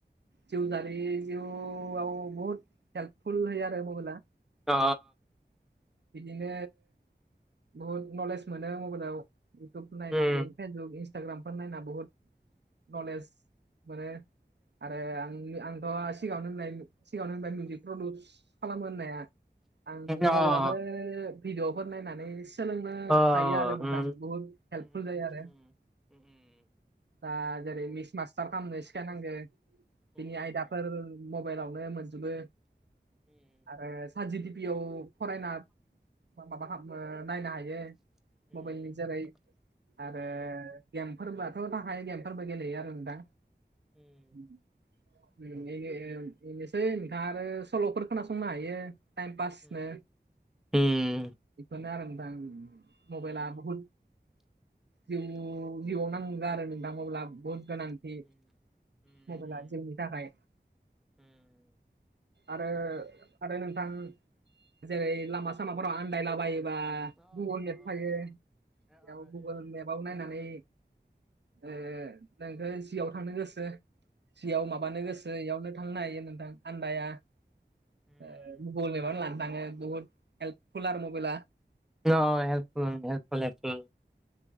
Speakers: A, on the right (about 70°); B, in the centre.
A: जिउ जारि जिउआव बहत हेल्पुल होयो आरो मबेला
B: ओ
A: बिदिनो बहुद नलेज मोनो मबेइलाव इउटुब नायनानै
B: उम
A: फेसबुक इन्सटाग्रामफोर नायना बुहद नलेज मोनो। आरो आं आंथ' सिगाङावनो होननाय सिगाङावनो होनबाय मिउजिक प्रदुउस खालामो होननाया आं
B: अ
A: मबाइलावनो भिडिअ'फोर नायनानै सोलोंनो
B: अ
A: हायो आरो नोंथां
B: उम
A: बुहुत हेल्पफुल जायो आरो। दा जेरै मिक्स मास्टार खालामनो सिखायनांगो बिनि आयदाफोर मबाइलावनो मोनजोबो आरो साट जि टि पि याव फरायना बा माबा खाम ओ नायनो हायो। मबाइलनि जोरै आरो गेमफोरबोआथ' थाखायो गेमफोरबो गेलेयो आरो नोंथां। उम। उम बेनो ओ इनोसै नोंथाङा आरो सल'फोर खोनासंनो हायो टाइम पासनो।
B: हम
A: बेफोरनो आरो नोंथां मबाइला बुहुद जिउ जिउआव नांगो आरो नोंथां मबाइला बहुद गोनांथि मबेला जोंनि थाखाय। आरो आरो नोंथां। जेरै लामा सामाफोराव आनदायला बायोबा गुगोल मेप फायो बेयाव गुगोल मेपाव नायनानै ओ नोंखौ जियाव थांनो गोसो सियाव माबा माबानो गोसो इयावनो थांनो हायो नोंथां आन्दाया ओ गुगोल मेपानो लाना थाङो। बत हेल्पफुल आरो मबेला
B: अ हेल्पफुल हेल्पफुल